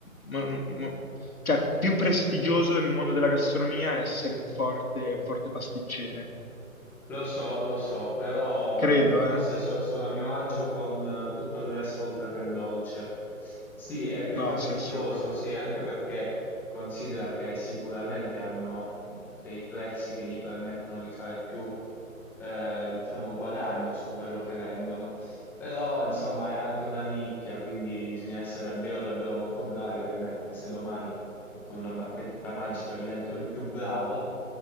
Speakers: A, on the left (about 80°); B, in the centre.
A: mo- no- mo- cioè, più prestigioso nel mondo della gastronomia essere un forte, un forte pasticcere.
B: Lo so, lo so, però
A: Credo,
B: forse
A: eh?
B: so- sono a mio agio con eh, tutto il resto oltre che il dolce. Sì, è più
A: No,
B: prestigioso,
A: sì, assolutamente.
B: sì, anche perché considera che sicuramente hanno mh, dei prezzi che gli permettono di fare più, eh, diciamo, guadagno su quello che vendono. Però, insomma, è anche una nicchia, quindi bisogna essere davvero, davvero molto bravi, ovviamente. Se domani con una bacchetta magica divento il più bravo,